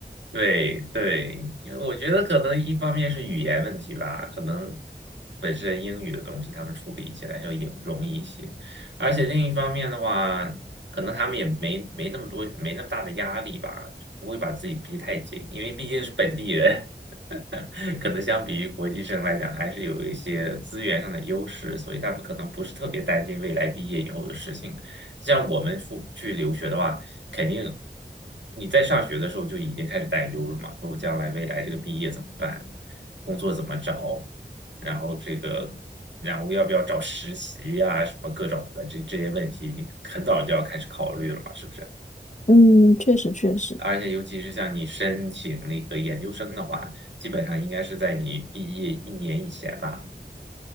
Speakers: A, on the right; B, on the left.
A: 对对，因为我觉得可能一方面是语言问题吧，可能本身英语的东西他们处理起来要也容易一些，而且另一方面的话，可能他们也没没那么多没那么大的压力吧，就不会把自己逼太紧，因为毕竟是本地人，<laughs> 可能相比于国际生来讲，还是有一些资源上的优势，所以他们可能不是特别担心未来毕业以后的事情。像我们出去留学的话，肯定你在上学的时候就已经开始担忧了嘛，说我将来未来这个毕业怎么办，工作怎么找，然后这个，然后要不要找实习呀、什么各种的这这些问题，你很早就要开始考虑了嘛，是不是？
B: 嗯，确实确实。
A: 而且尤其是像你申请那个研究生的话，基本上应该是在你毕业一年以前吧，